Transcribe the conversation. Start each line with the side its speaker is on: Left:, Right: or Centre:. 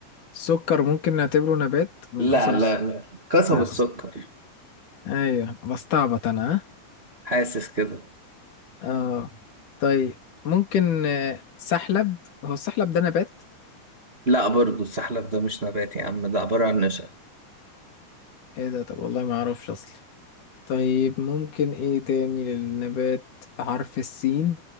Left: السكر ممكن نعتبره نبات من
Right: لا
Left: قصب
Right: لا
Left: السكر
Right: لا قصب
Left: لا
Right: السكر
Left: ايوه بستعبط انا ها؟
Right: حاسس كده
Left: اه طيب ممكن آه، سحلب هو السحلب ده نبات
Right: لا برضو السحلب ده مش نبات يا عم ده عبارة عن نشا
Left: ايه ده طب والله ما اعرفش اصلا طيب ممكن ايه تاني للنبات بحرف السين